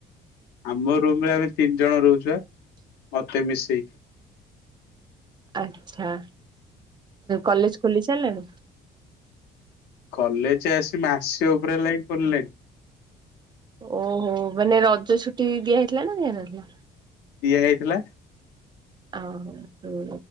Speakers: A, on the left; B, on the right.
A: ଆମ ରୁମ ରେ ଆମେ ତିନି ଜଣ ରହୁଚୁ ବା, ମତେ ମିଶେଇକି।
B: ଆଛା। କଲେଜ ଖୋଲି ସାରିଲାଣି?
A: କଲେଜ ଆସି ମାସେ ଉପରେ ହେଲାଣି ଖୋଲିଲାଣି।
B: ଓହୋ, ମାନେ ରଜ ଛୁଟି ଦିଆ ହେଇଥିଲା ନା ଦିଆହେଇନଥିଲା?
A: ଦିଆ ହେଇଥିଲା।
B: ଓୋ <unintelligible>